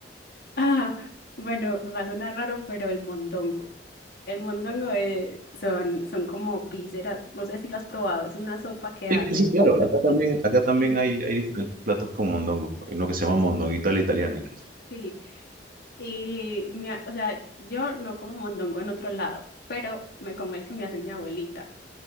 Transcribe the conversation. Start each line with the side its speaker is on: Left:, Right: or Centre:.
Left: Ah, bueno, va a sonar raro, pero el mondongo. El mondongo eh, son, son como vísceras, no sé si lo has probado, es una sopa que
Right: Sí,
Left: hacen.
Right: sí, sí, claro. Acá también, acá también
Left: Sí.
Right: hay, hay diferentes platos con mondongo. Hay uno que se llama mondonguito a la italiana incluso.
Left: Sí, y mi a- o sea, yo no como mondongo en otro lado, pero me como el que me hace mi abuelita.